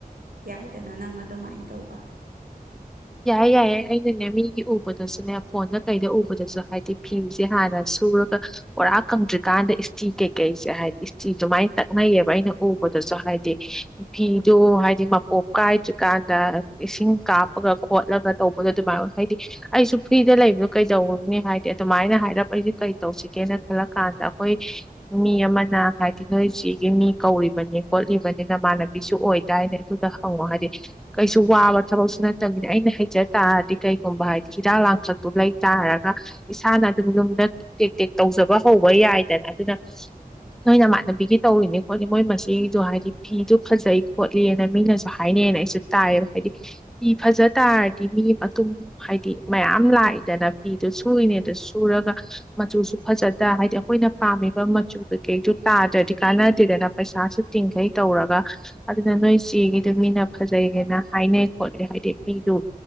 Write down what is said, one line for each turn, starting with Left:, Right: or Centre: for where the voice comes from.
Right: ꯌꯥꯏꯗꯅ ꯅꯪ ꯑꯗꯨꯃꯥꯏꯅ ꯇꯧꯕ꯫
Centre: ꯌꯥꯏꯦ ꯌꯥꯏꯌꯦ ꯑꯩꯅꯅꯦ ꯃꯤꯒꯤ ꯎꯕꯗꯁꯨꯅꯦ ꯐꯣꯟꯗ ꯀꯩꯗ ꯎꯕꯗꯁꯨ ꯍꯥꯏꯗꯤ ꯐꯤꯁꯦ ꯍꯥꯟꯅ ꯁꯨꯔ꯫ ꯄꫭꯔꯥ ꯀꯪꯗ꯭ꯔꯤ꯫ ꯀꯥꯟꯗ ꯏꯁꯇꯤ ꯀꯩꯀꯩꯁꯦ ꯍꯥꯏꯗꯤ ꯏꯁꯇꯤꯁꯨꯃꯥꯏꯅ ꯇꯛꯅꯩꯌꯦꯕ ꯑꯩꯅ ꯎꯕꯗꯁꯨ ꯍꯥꯏꯗꯤ ꯐꯤꯗꯨ ꯍꯥꯏꯗꯤ ꯃꯄꯣꯞ ꯀꯥꯏꯗ꯭ꯔꯤꯀꯥꯟꯗ ꯏꯁꯤꯡ ꯀꯥꯞ꯫ ꯒ ꯈꯣꯠꯂꯒ ꯇꯧꯕꯗꯣ ꯑꯗꯨꯃꯥꯏꯅ ꯍꯥꯏꯗꯤ ꯑꯩꯁꯨ ꯐ꯭ꯔꯤꯗ ꯂꯩꯕꯗꯣ ꯀꯩꯗꯅꯤ ꯍꯥꯏꯗꯤ ꯑꯗꯨꯃꯥꯏꯅ ꯍꯥꯏꯔꯞ ꯑꯩꯁꯦ ꯀꯩ ꯇꯧꯁꯤꯒꯦꯅ ꯈꯜꯂ ꯀꯥꯟꯗ ꯑꯩꯈꯣꯏ ꯃꯤ ꯑꯃꯅ ꯍꯥꯏꯗꯤ ꯅꯣꯏ ꯆꯒꯤ ꯃꯤ ꯀꯧꯔꯤꯕꯅꯤ ꯈꯣꯠꯂꯤꯕꯅꯤ ꯅꯃꯥꯟꯅꯕꯤꯁꯨ ꯑꯣꯏꯗꯥꯏꯅꯦ ꯑꯗꯨꯗ ꯍꯪꯉꯣ ꯍꯥꯏꯗꯤ ꯀꯩꯁꯨ ꯋꯥꯕ ꯊꯕꯛꯁꯨ ꯅ꯫ ꯅ ꯑꯩꯅ ꯍꯩꯖ ꯇꯥꯔꯗꯤ ꯀꯩꯒꯨꯝꯕ ꯍꯥꯏꯗꯤ ꯍꯤꯗꯥꯛ ꯂꯥꯡꯊꯛꯇꯨ ꯂꯩ ꯇꯥꯔꯒ ꯏꯁꯥꯅ ꯑꯗꯨꯝ ꯌꯨꯝꯗ ꯇꯦꯛ ꯇꯦꯛ ꯇꯧꯖꯕ ꯍꯧꯕ ꯌꯥꯏꯗꯅ ꯑꯗꯨꯅ ꯅꯣꯏꯅꯃꯥꯟꯅꯕꯤꯒꯤ ꯇꯧꯔꯤꯅꯤ ꯈꯣꯠꯂꯤ ꯃꯣꯏ ꯃꯁꯤꯗꯣ ꯍꯥꯏꯗꯤ ꯐꯤꯗꯨꯣ ꯐꯖꯩ ꯈꯣꯠꯂꯤꯅ ꯃꯤꯅꯁꯨ ꯍꯥꯏꯅꯩꯅ ꯑꯩꯁ‌ꯦ ꯇꯥꯏꯕ ꯍꯥꯏꯗꯤ꯫ ꯐꯤ ꯐꯖ ꯇꯥꯔꯗꯤ ꯃꯤ ꯃꯇꯨꯝ ꯍꯥꯏꯗꯤ ꯃꯌꯥꯝ ꯂꯥꯛꯏꯗꯅ ꯐꯤꯗꯨ ꯁꯨꯏꯅꯦ ꯑꯗꯨ ꯁꯨꯔꯒ ꯃꯆꯨꯁꯨ ꯐꯖꯗ ꯍꯥꯏꯗꯤ ꯑꯩꯈꯣꯏꯅ ꯄꯥꯝꯃꯤꯕ ꯃꯆꯨ ꯀꯩꯀꯩꯗꯨ ꯇꯥꯗ꯭ꯔꯗꯤ ꯀꯥꯟꯅꯗꯦꯗꯅ ꯄꯩꯁꯥꯁꯨ ꯇꯤꯡꯈꯩ ꯇꯧꯔꯒ ꯑꯗꯨꯅ ꯅꯣꯏ ꯆꯦꯒꯤꯗꯨ ꯃꯤꯅ ꯐꯖꯩꯒꯦꯅ ꯍꯥꯏꯅꯩ꯫ ꯈꯣꯠꯂꯤ ꯍꯥꯏꯗꯤ ꯐꯤꯗꯨ